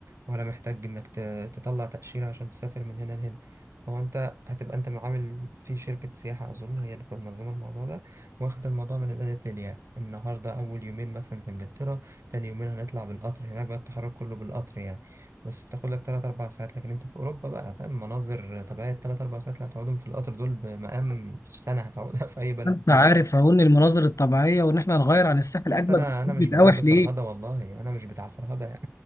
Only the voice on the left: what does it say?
انت
عارف اهو ان المناظر الطبيعيه وان احنا نغير عن الساحل
اجمل
بكتير
بتقاوح
ليه